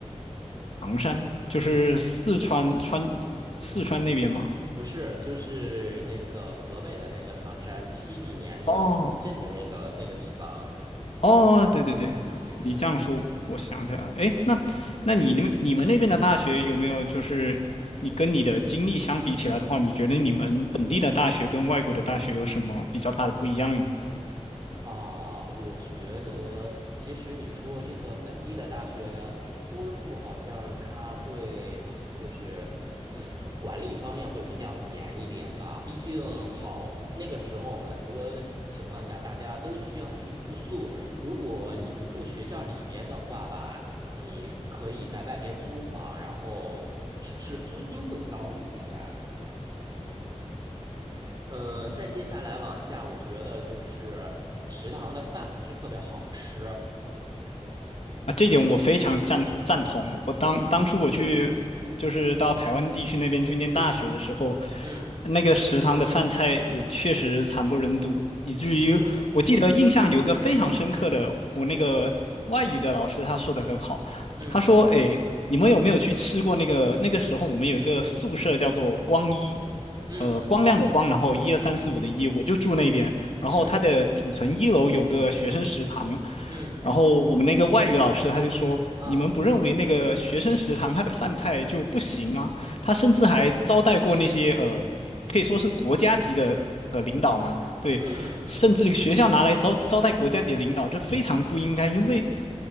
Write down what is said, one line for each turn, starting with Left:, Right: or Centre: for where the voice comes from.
Left: 昂山就是四川川，
Right: 嗯，
Left: 四川那边嘛。
Right: 不不是，就是那个河北的那个唐山，七几年有地震的那个那个地方。
Left: 哦，哦，对对对，
Right: 嗯嗯嗯。
Left: 你这样说，我想起来了。哎，那那你那边你们那边的大学有没有就是你跟你的经历相比起来的话，你觉得你们本地的大学跟外国的大学有什么比较大的不一样呢？
Right: 啊，我觉得其实你说这个本地的大学，多数好像它会就是，嗯，管理方面会比较严一点吧。毕竟好，那个时候很多情况下大家都需要去住宿，如果你不住学校里面的话吧，你可以在外边租房，然后只是租金会高一点。嗯，再接下来往下，我觉得就是食堂的饭不是特别好吃。
Left: 啊，这点我非常赞赞同。我当当初我去，
Right: 嗯
Left: 就是到台湾地区那边去念大学的时候，
Right: 嗯嗯，
Left: 那个食堂的饭菜也确实惨不忍睹，以至于我记得印象有个非常深刻的，
Right: 对，
Left: 我那个外语的老师他说的很好，
Right: 嗯
Left: 他说：“诶，你们有没有去吃过那个？那个时候我们有一个宿舍叫做光一，
Right: 嗯
Left: 呃，光亮的光，然后一二三四五的一，
Right: 嗯
Left: 我就住那边。然后它的底层一楼有个学生食堂。”
Right: 嗯嗯
Left: 然后我们那个外语老师他就说：
Right: 啊，
Left: “你们不认为那个学生食堂他的饭菜就不行吗？他甚至还招待过那些呃，可以说是国家级的呃领导嘛。对，
Right: 嗯嗯
Left: 甚至学校拿来招招待国家级的领导，这非常的不应该，因为